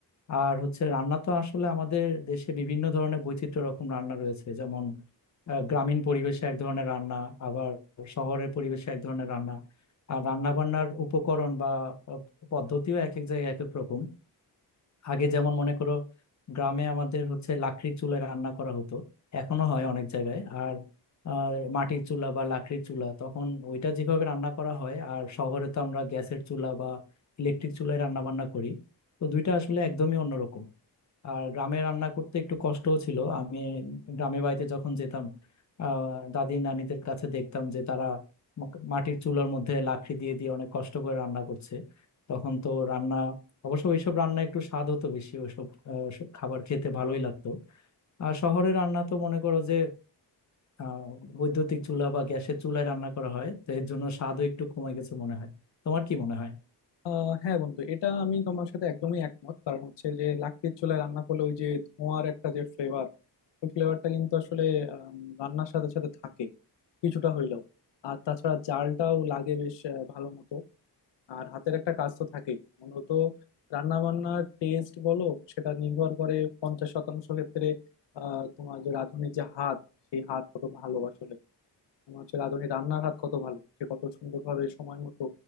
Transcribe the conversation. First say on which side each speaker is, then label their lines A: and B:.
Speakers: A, on the left (about 40°); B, on the left (about 80°).
A: আর হচ্ছে রান্না তো আসলে আমাদের দেশে বিভিন্ন ধরনের বৈচিত্র্য রকম রান্না রয়েছে যেমন আহ, গ্রামীণ পরিবেশে এক ধরনের রান্না আবার শহরের পরিবেশে এক ধরনের রান্না আর রান্না বান্নার উপকরণ বা আহ, পদ্ধতিও এক এক জায়গায় এক এক রকম আগে যেমন মনে করো গ্রামে আমাদের হচ্ছে লাকড়ির চুলায় রান্না করা হতো এখনো হয় অনেক জায়গায় আর আর মাটির চুলা বা লাকড়ির চুলা তখন ওইটা যেভাবে রান্না করা হয় আর শহরে তো আমরা গ্যাসের চুলা বা ইলেকট্রিক চুলায় রান্না বান্না করি তো দুইটা আসলে একদমই অন্যরকম আর গ্রামে রান্না করতে একটু কষ্টও ছিল আমি গ্রামে বাড়িতে যখন যেতাম আহ, দাদি নানিদের কাছে দেখতাম যে তারা মা- মাটির চুলার মধ্যে লাকড়ি দিয়ে দিয়ে অনেক কষ্ট করে রান্না করছে তখন তো রান্না অবশ্য ওইসব রান্না একটু স্বাদ হতো বেশি ওইসব আহ, সব খাবার খেতে ভালোই লাগতো আর শহরে রান্না তো মনে করো যে আহ, বৈদ্যুতিক চুলা বা গ্যাসের চুলায় রান্না করা হয় তো এর জন্য স্বাদও একটু কমে গেছে মনে হয় তোমার কি মনে হয়
B: আহ হ্যাঁ বন্ধু এটা আমি তোমার সাথে একদমই একমত কারণ হচ্ছে যে লাকড়ির চুলায় রান্না করলে ওই যে ধোঁয়ার একটা যে ফ্লেভার ওই ফ্লেভারটা কিন্তু আসলে আম, রান্নার সাথে সাথে থাকে কিছুটা হইলেও আর তাছাড়া জালটাও লাগে বেশ আহ, ভালো মতো আর হাতের একটা কাজ তো থাকেই মূলত রান্না বান্নার টেস্ট বলো সেটা নির্ভর করে পঞ্চাশ শতাংশ ক্ষেত্রে আহ তোমার যে রাঁধুনির যে হাত সেই হাত কত ভালো আসলে আমার হচ্ছে রাঁধুনি রান্নাঘাত কত ভালো সে কত সুন্দরভাবে সময় মতো